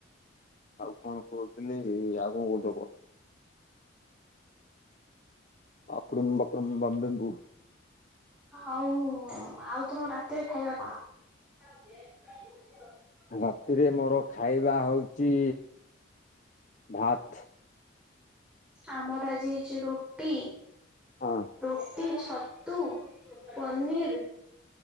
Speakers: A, on the left (about 40°); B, in the centre.
A: ଆଉ କଣ କରହୁଛନ୍ତି ଆଉ କଣ କହୁଦ କ ଆପଡ଼ମ୍ ପାକୁଡ଼ମ୍ <unintelligible>
B: ହଉ ଆଉ ତମ ରାତିରେ ଖାଇବା କଣ? <unintelligible>
A: ରାତିରେ ମୋର ଖାଇବା ହଉଛି ଭାତ୍।
B: ଆମର ଆଜି ହେଇଛି ରୁଟି
A: ହଁ
B: ରୁ ରଟି ଛତୁ ପନିର